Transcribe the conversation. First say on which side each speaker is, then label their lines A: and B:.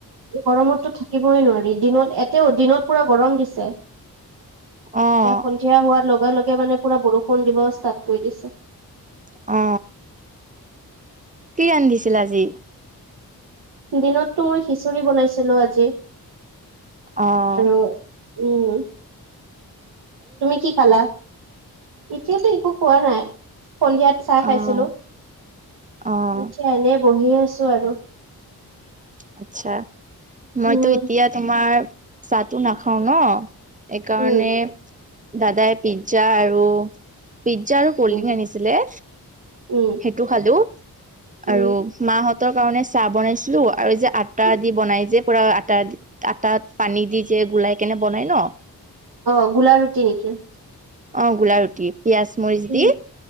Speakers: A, on the right; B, on the right.
A: গৰমততো থাকিবই নোৱাৰি দিনত এতেও দিনত পূৰা গৰম দিছে।
B: অ',
A: এতিয়া সন্ধিয়া হোৱাৰ লগে লগে মানে পূৰা বৰষুণ দিব ষ্টাৰ্ট কৰি দিছে।
B: অ। কি ৰান্ধিছিল আজি?
A: দিনতটো মই খিচিৰি বনাইছিলো আজি
B: অ',
A: আৰু। উম। তুমি কি খালা? এতিয়াতো একো খোৱা নাই। সন্ধিয়াত চাহ
B: অ',
A: খাইছিলো,
B: অ',
A: এতিয়া এনে বহি আছো আৰু।
B: আচ্ছা,
A: উম।
B: মইতো এতিয়া তোমাৰ চাহটো নাখাও ন। এইকাৰণে
A: উম
B: দাদাই পিজ্জা আৰু পিজ্জা আৰু। কল্ডিং
A: উম
B: আনিছিলে।
A: উম।
B: সেইটো খালো আৰু
A: উম
B: মাহঁতৰ কাৰণে চাহ বনাইছিলো। আৰু যে আটা
A: উম
B: দি বনাই যে পুূৰা আটা আটাত পানী দি যে গোলাই কিনে বনাই ন।
A: অ গোলা ৰুটি নেকি?
B: অ গোলা ৰুটি পিয়াজ মৰিচ
A: উম
B: দি।